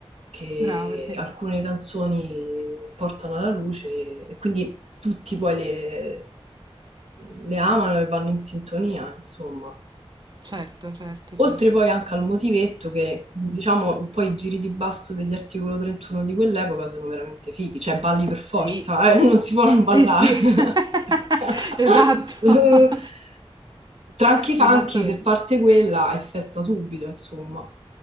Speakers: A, on the right; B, on the right.
A: che
B: Brava, sì.
A: alcune canzoni portano alla luce e quindi tutti poi le, le amano e vanno in sintonia, insomma.
B: Certo, certo, certo.
A: Oltre poi anche al motivetto che, diciamo, poi i giri di basso degli articolo 31 di quell'epoca sono veramente fighi, cioè balli per forza,
B: Sì.
A: eh, <laughs> non si può non
B: Sì,
A: ballare.
B: sì, <laughs>
A: <laughs>
B: esatto, <laughs>
A: Tranchi Funky,
B: esattamente,
A: se parte quella, è festa subito, insomma.